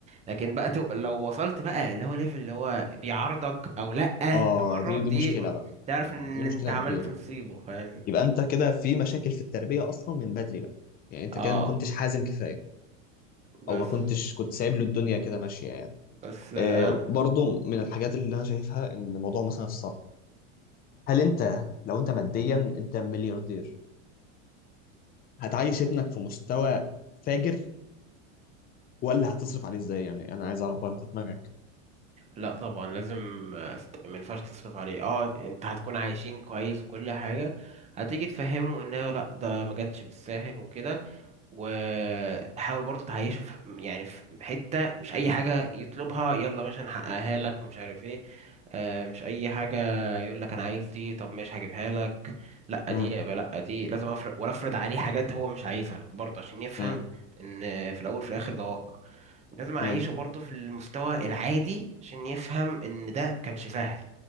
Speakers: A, on the right (about 15°); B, on the left (about 25°).
A: لكن بقى تو... لو وصلت بقى اللي هو ليفل اللي هو بيعارضك او لأ
B: اه
A: تمرد
B: دي دي
A: دي
B: مشكله بقى
A: تعرف
B: اه
A: ان
B: دي مشكله
A: انت عملت
B: كبيره
A: مصيبة فاهم
B: يبقى انت كده في مشاكل في التربيه اصلا من بدري بقى يعني انت
A: اه
B: كده ما كنتش حازم كفايه
A: بس
B: او ما كنتش كنت سايب له الدنيا كده ماشيه يعني
A: بس آه،
B: آه
A: أنا...
B: برضو من الحاجات اللي انا شايفها ان موضوع مثلا الصرف هل انت لو انت ماديا انت ملياردير هتعيش ابنك في مستوى فاجر ولا هتصرف عليه ازاي يعني انا عايز اعرف برضه دماغك
A: لا طبعا لازم آه، است- ما ينفعش تصرف عليه اه انت هتكون عايشين كويس وكل حاجة هتيجي تفهمه ان هو لا ده ما جاتش بالساهل وكده وتحاول برضه تعيشه في يعني في حتة مش أي حاجة يطلبها يلا ماشي هنحققها لك ومش عارف ايه آه، مش أي حاجة يقول لك أنا عايز دي طب ماشي هجيبها لك لأ
B: امم
A: دي يبقى لأ دي لازم أفرض ولا أفرض عليه حاجات هو مش عايزها برضه عشان يفهم
B: امم
A: إن في الأول في الآخر ده واقع لازم أعيشه
B: امم
A: برضه في المستوى العادي عشان يفهم إن ده مكانش سهل